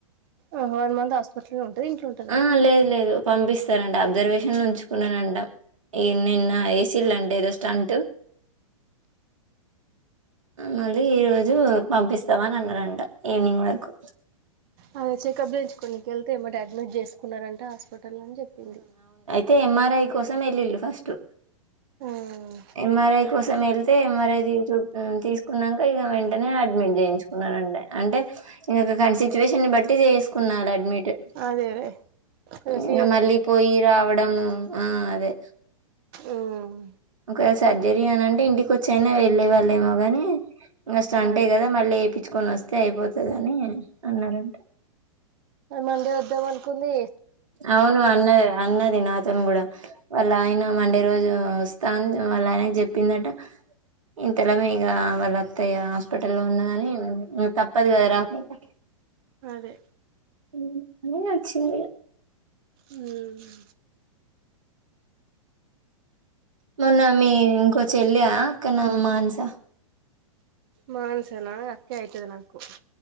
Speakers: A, on the right (about 45°); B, on the right (about 65°).
A: ఓహో, వన్ మంత్ హాస్పిటల్లో ఉంటది ఇంట్లో ఉంటదా
B: ఆ లేదు లేదు పంపిస్తారంట అబ్జర్వేషన్ల ఉంచుకున్నరంట. ఎ నిన్న ఏసీల్లంట ఏదో స్టంటూ మళ్ళీ ఈ రోజు పంపిస్తామని అన్నరంట ఈవినింగ్ వరకు
A: ఆమె చెకప్ చేయించుకోనికెళ్తే ఏమ్మటె అడ్మిట్ చేసుకున్నరంట హస్పెటల్ల అని చెప్పింది.
B: తే ఎం. ఆర్. ఐ కోసం ఎల్లిళ్ళు ఫస్టు
A: ఉమ్,
B: ఎం. ఆర్. ఐ కోసం వెళ్తే ఎం. ఆర్. ఐ తీన్చు ఆ తీసుకున్నంక ఇగ వెంటనే అడ్మిట్ చేయించుకున్నరన్ అంటే ఇంక కానీ సిచ్యువేషన్ని బట్టి చేసుకున్నాల అడ్మిట్
A: అదే గదే
B: ఇంగా
A: రిస్క్
B: మళ్ళీ పోయి రావడము ఆ అదే
A: ఊమ్
B: ఒక సర్జరీ అని అంటే ఇంటికి వచ్చైనా వెళ్ళే వాళ్ళేమో గాని ఇంక స్టంట్
A: అదే
B: ఏ కదా మళ్ళీ ఏపిచుకొని అస్తే అయిపోతదని అన్నారంట
A: మండే వద్దామనుకుందీ
B: అవును అన్నది అన్నది నాతోని కూడా వాళ్ళ ఆయన మండే రోజు వస్తా అని వాళ్ళ ఆయనకి చెప్పిందట ఇంతలోమే ఇంగ వాళ్ళ అత్తయ్య హాస్పిటల్లో ఉన్నదని నిక్ తప్పదు కదా రాకుంటే
A: అదే
B: ఉమ్ అన్ని నచ్చింది
A: ఉమ్,
B: మొన్న మీ ఇంకో చెల్లి ఆ అక్క నా మాన్స
A: మానస నా అక్కే అయితది నాకు